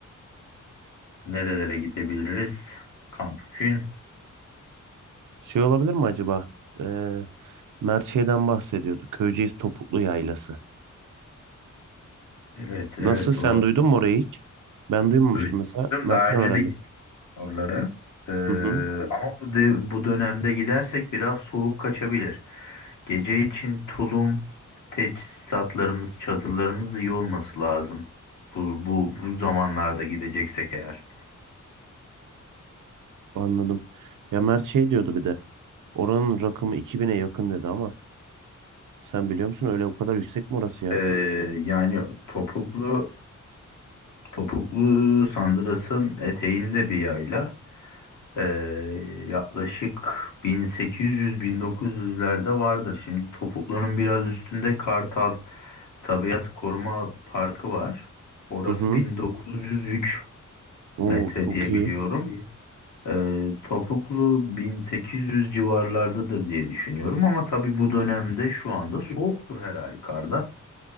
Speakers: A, on the left; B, on the right.
A: nerelere gidebiliriz? Kamp için.
B: Şey olabilir mi acaba? Ee, Mert şeyden bahsediyordu. Köyceğiz Topuklu Yaylası.
A: Evet
B: Nasıl
A: evet
B: sen
A: olabilir.
B: duydun mu orayı hiç? Ben duymamıştım
A: Duydum.
B: mesela. Mert'ten
A: Daha önce
B: öğrendim.
A: de oraları. Ee,
B: Hı hı,
A: ama bu de- bu dönemde gidersek biraz soğuk kaçabilir. Gece için tulum, teçhizatlarımız, çadırlarımız iyi olması lazım. Bu bu bu zamanlarda gideceksek eğer.
B: anladım. Ya Mert şey diyordu bir de. Oranın rakımı 2000'e yakın dedi ama sen biliyor musun öyle o kadar yüksek mi orası ya?
A: Ee, yani topuklu topuklu sandırasın eteğinde bir yayla. Ee, yaklaşık 1800-1900'lerde vardır. Şimdi Topuklu'nun biraz üstünde Kartal Tabiat Koruma Parkı var. Orası
B: Hı hı.
A: 1903
B: Oo,
A: metre
B: çok
A: diye
B: iyi.
A: biliyorum. Ee, Topuklu 1800 civarlardadır diye düşünüyorum ama tabii bu dönemde şu anda soğuktur her halükarda.